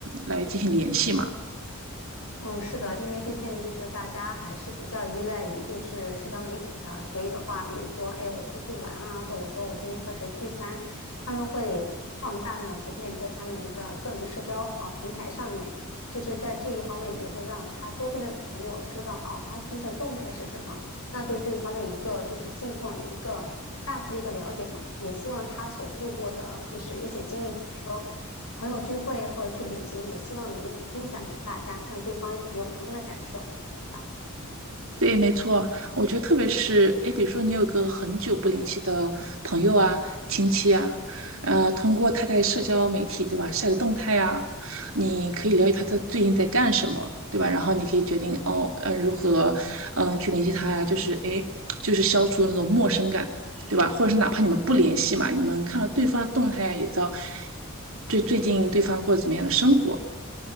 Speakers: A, on the right; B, on the left.
A: 来进行联系嘛。
B: 嗯，是的，因为毕竟就是大家还是比较依赖于就是社交媒体的，所以的话，比如说，哎，我出去玩啊，或者说我今天和谁聚餐，他们会放大量的图片在他们的个人社交啊平台上面，就是在这一方面也会让他周边的朋友知道哦，他最近的动态是什么，那对对方的一个就是近况有一个大致一个了解嘛，也希望他所度过的就是一些经历，比如说。朋友聚会或者去旅行，也希望能分享给大家，让对方也有同样的感受。啊。
A: 对，没错，我觉得特别是，哎，比如说你有个很久不联系的朋友啊、亲戚啊，呃，通过他在社交媒体，对吧，晒的动态啊，你可以了解他他最近在干什么，对吧？然后你可以决定哦，嗯、呃，如何，嗯、去联系他呀、就是哎，诶就是消除那种陌生感，对吧？或者是哪怕你们不联系嘛，你们看到对方的动态啊，也知道最最近对方过得怎么样的生活，